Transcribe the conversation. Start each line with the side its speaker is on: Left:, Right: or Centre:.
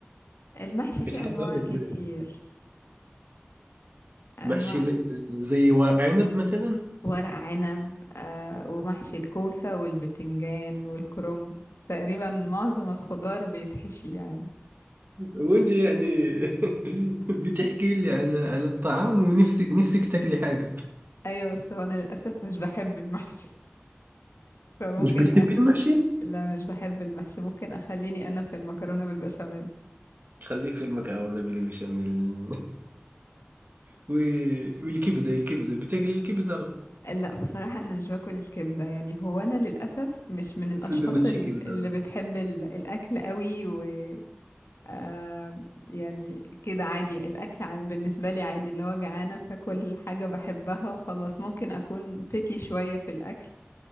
Left: المحشي
Right: بتحضره
Left: فيه انواع كتير
Right: إزاي؟
Left: انواع
Right: محشي ل- زي ورق عنب مثلا؟
Left: ورق عنب آه ومحشي الكوسة والبتنجان والكرنب تقريبا معظم الخضار بيتحشي يعني
Right: وانت يعني <laughs> بتحكي لي على على الطعام ونفسك نفسك تاكلي حاجة
Left: أيوة بس هو أنا للأسف مش بحب المحشي <laughs> فممكن
Right: مش بتحبي
Left: أخ...
Right: المحشي
Left: لا مش بحب المحشي ممكن أخليني أنا في المكرونة بالبشاميل
Right: خليك في المكرونة بلي بشاميل <laughs> و... والكبدة الكبدة بتاكلي الكبدة
Left: لا بصراحة أنا مش باكل الكبدة يعني هو أنا للأسف مش من الأشخاص
Right: سندوتش
Left: ال-
Right: كبدة
Left: اللي بتحب ال- الأكل قوي و... آه يعني كده عادي الأكل عن- بالنسبة لي عادي اللي هو جعانة فاكل حاجة بحبها وخلاص ممكن أكون بيكي شوية في الأكل